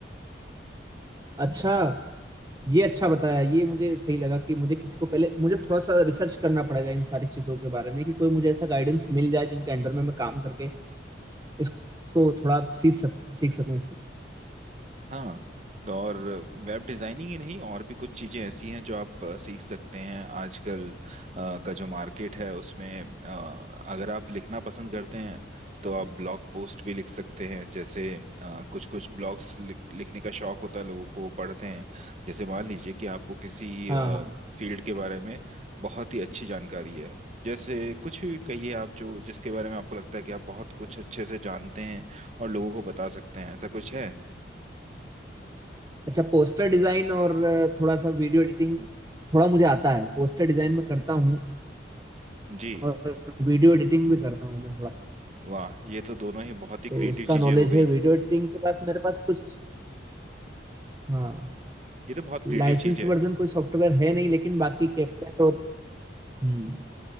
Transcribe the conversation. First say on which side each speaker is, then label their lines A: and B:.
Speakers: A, on the right (about 20°); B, on the right (about 35°).
A: अच्छा ये अच्छा बताया ये मुझे सही लगा कि मुझे किसी को पहले मुझे थोड़ा सा रिसर्च करना पड़ेगा इन सारी चीजों के बारे में कि कोई मुझे ऐसा गाइडेंस मिल जाए जिनके अंडर में मैं काम करके इसको थोड़ा सीख सकूं सीख सकूं इससे
B: हाँ और वेब डिजाइनिंग ही नहीं और भी कुछ चीजें ऐसी हैं जो आप अ, सीख सकते हैं आजकल अ, का जो मार्केट है उसमें अ, अगर आप लिखना पसंद करते हैं तो आप ब्लॉग पोस्ट भी लिख सकते हैं जैसे कुछ कुछ ब्लॉग्स लिख, लिखने का शौक होता है लोगों को वो पढ़ते हैं जैसे मान लीजिए कि आपको किसी
A: हाँ हाँ
B: फील्ड के बारे में बहुत ही अच्छी जानकारी है जैसे कुछ भी कहिए आप जो जिसके बारे में आपको लगता है कि आप बहुत कुछ अच्छे से जानते हैं और लोगों को बता सकते हैं ऐसा कुछ है
A: अच्छा पोस्टर डिजाइन और अ, थोड़ा सा वीडियो एडिटिंग थोड़ा मुझे आता है पोस्टर डिजाइन में करता हूँ
B: जी
A: और वीडियो एडिटिंग भी करता हूँ मैं थोड़ा
B: वाह ये तो दोनों ही बहुत ही क्रिएटिव
A: तो उसका
B: चीजें
A: नॉलेज
B: हो गई
A: है वीडियो एडिटिंग के पास मेरे पास कुछ हाँ
B: ये तो बहुत
A: लाइसेंस
B: क्रिएटिव चीजें
A: वर्जन
B: हैं
A: कोई सॉफ्टवेयर है नहीं लेकिन बाकी कैपकट और हम्म